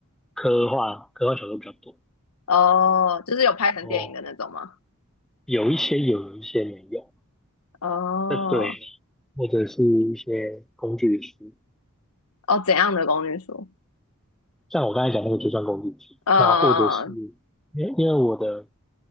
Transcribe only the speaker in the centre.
科幻，科幻小说比较多。
哦，有一些有，有一些没有。
这对，或者是一些工具书，
像我刚才讲那个就算工具书。
那或者是
因为因为我的